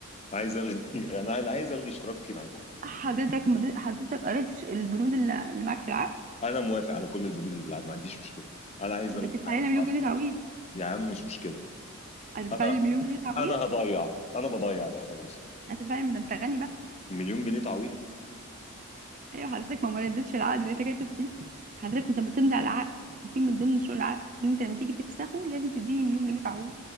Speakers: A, on the left; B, on the right.
A: عايز الغي <laughs> انا عايز عايز الغي اشتراكي معاكم
B: حضرتك مد... حضرتك قريت ش- البنود اللي اللي معاك في العقد
A: انا موافق على كل البنود اللي في العقد ما عنديش مشكله انا عايز
B: بتدفع
A: الغي العقد
B: لنا مليون
A: معاكم
B: جنيه تعويض
A: يا عم مش مشكله
B: هتدفع
A: انا
B: لي مليون جنيه تعويض
A: انا هضيع انا بضيع بقى خلاص
B: هتدفع لي من ده انت غني بقى
A: مليون جنيه تعويض
B: ايوه حضرتك ما ما ردتش العقد اللي انت كاتب فيه حضرتك كنت بتمضي على العقد كان في من ضمن شروط العقد ان انت لما تيجي تفسخه لازم تديني مليون جنيه تعويض